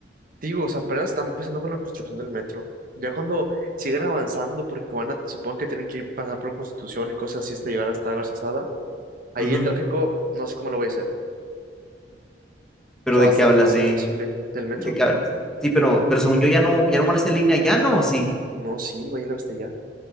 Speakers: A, on the right (about 50°); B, in the centre.
A: digo, o sea, apenas están empezando con la construcción del metro. Ya cuando sigan avanzando, porque van a, supongo que tienen que ir pasar por Constitución y cosas así hasta llegar hasta Garzasada, ahí
B: Ujú.
A: el tráfico, no sé cómo lo voy a hacer.
B: Pero
A: O sea,
B: ¿de
A: va a ser,
B: qué hablas?
A: va a ser
B: ¿De,
A: imposible. ¿Del metro?
B: de qué hablas? Sí, pero, pero según yo ya no, ya no van a hacer línea, ya no, ¿o sí.
A: No, sí, va a llegar hasta allá.